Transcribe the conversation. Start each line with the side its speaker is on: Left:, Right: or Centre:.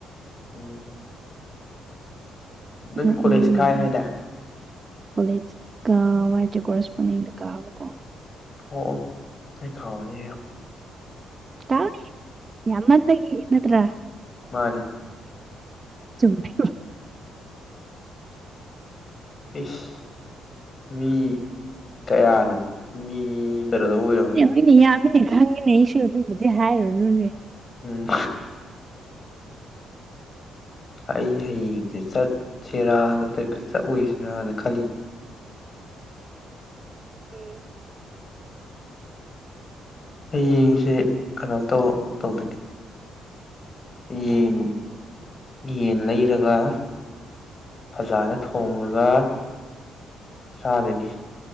Left: ꯎꯝ ꯅꯪ
Right: ꯎꯝ
Left: ꯀꯣꯂꯦꯖ ꯀꯥꯏ ꯍꯥꯏꯗꯥꯏ
Right: ꯀꯣꯂꯦꯖ ꯀꯥꯕ ꯍꯥꯏꯇꯦ ꯀꯣꯔꯦꯁꯄꯣꯟꯗꯤꯡꯗ ꯀꯥꯕꯀꯣ
Left: ꯑꯣ ꯑꯩ ꯈꯥꯎꯗ
Right: ꯥꯎꯅꯦ ꯌꯥꯝꯃ ꯇꯒꯤ ꯏ ꯅꯠꯇ꯭ꯔ
Left: ꯃꯥꯔꯤ
Right: ꯆꯨꯝꯃꯦ
Left: ꯏꯁ ꯃꯤ ꯀꯌꯥꯅꯣ ꯃꯤ ꯐꯔꯗ ꯎ ꯑꯣꯏꯔꯕꯅꯤ
Right: ꯑꯩꯅ ꯌꯥꯝꯃꯤꯅꯦ ꯈꯪꯉꯤꯅꯦ ꯏꯁꯨ ꯑꯗꯨꯕꯨꯗꯤ ꯍꯥꯏꯔꯨꯔꯨꯅꯦ
Left: ꯎꯝ ꯑꯩ ꯍꯌꯦꯡꯁꯦ ꯆꯠꯁꯤꯔꯥ ꯅꯠꯇ꯭ꯔꯒ ꯆꯠꯂꯁꯤꯔꯥꯅ ꯈꯜꯂꯤ
Right: ꯑꯦ
Left: ꯑꯩ ꯌꯦꯡꯉꯁꯤꯦ ꯀꯩꯅꯣ ꯇꯧ ꯇꯧꯗꯣꯏꯅꯤ ꯌꯦꯟ ꯌꯦꯟ ꯂꯩꯔꯒ ꯐꯖꯅ ꯊꯣꯡꯉꯒ ꯆꯥꯗꯅꯤ